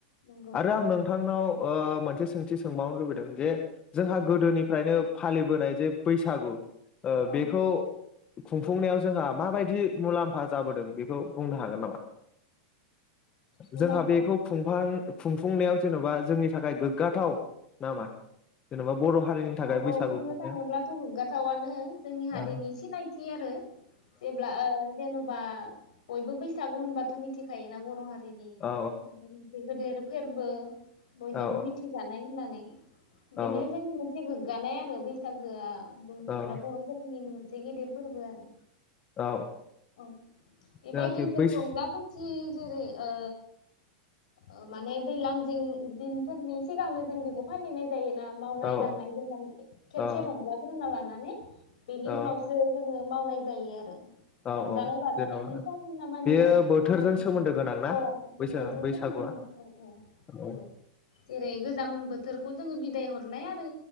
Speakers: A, on the left (about 80°); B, on the left (about 25°).
A: नंगौ
B: आरो आं नोंथांनाव ओ मोनसे सोंथि सोंबावनो लुबैदों जे जोंहा गोदोनिफ्रायनो फालिबोनाय जे बैसागु ओ
A: औ
B: बेखौ खुंफुंनायाव जोंहा माबायदि मुलाम्फा जाबोदों बेखौ बुंनो हागोन नामा?
A: मुलाम्फा
B: जोंहा बेखौ खुंफां खुंफुंनायाव जेन'बा जोंनि थाखाय गोगाथाव नामा? जेन'बा बर' हारिनि
A: औ
B: थाखाय
A: औ
B: बैसागु
A: बुंनो
B: खुंनाया
A: थाङोब्लाथ' गोगाथावनो जोंनि हारिनि
B: औ
A: सिनायथि आरो जेब्ला ओ जेन'बा बयबो बैसागु होनबाथ' मिथिखायोना बर' हारिनि
B: औ
A: देरसिन फोरबो होनना नि माने मोनसे गेदेर फोरबो बयजोंबो
B: औ
A: मिथिजानाय होननानै बिनो
B: औ
A: जोंनि मोनसे गोगानाय आरो बैसागोआ। बुंनो थांब्ला
B: औ
A: बर'फोरनिनो मोनसे गेदेर फोरबो एसे गेदेर फोरबो आरो
B: औ
A: औ बेबायदिनो
B: जाहाथे
A: जों
B: बै
A: रंजा खुसि जेरै ओ ओ माने दैज्लां जिं दिनफोरनि सिगांनो जों बेखौ फालिनाय जायो जोङो मावनाय
B: औ
A: दांनायजों माने खेबसे
B: औ
A: रंजाग्रोना लानाय जायो बेनि
B: औ
A: उनावसो जोङो मावनाय जायो आरो
B: औ
A: रंजानाय
B: औ
A: बाजानायनि
B: जेन'बा
A: सम होनना मानिना
B: बेयो
A: लानाय
B: बोथोरजों
A: दं आरो बेखौ
B: सोमोन्दो गोनां ना
A: औ बोथोरजों
B: बैसाग बैसागुआ
A: सोमोनदो गोनां औ औ
B: औ
A: नंगौ जेरै गोजां बोथोर बेखौ जोङो बिदाय हरनाय आरो